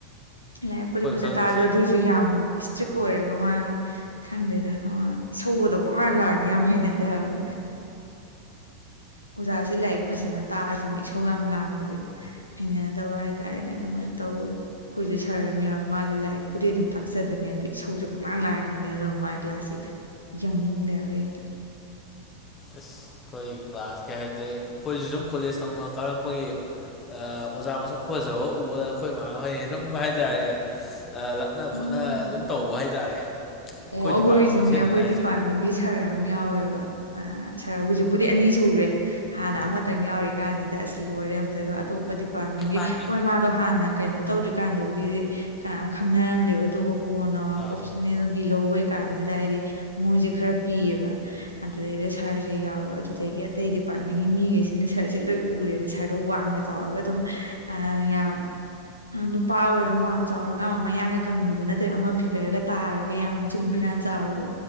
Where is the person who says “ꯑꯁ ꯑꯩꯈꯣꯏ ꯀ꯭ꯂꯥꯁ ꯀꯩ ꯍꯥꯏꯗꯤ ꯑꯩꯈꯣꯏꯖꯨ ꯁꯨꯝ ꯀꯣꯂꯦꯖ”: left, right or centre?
Left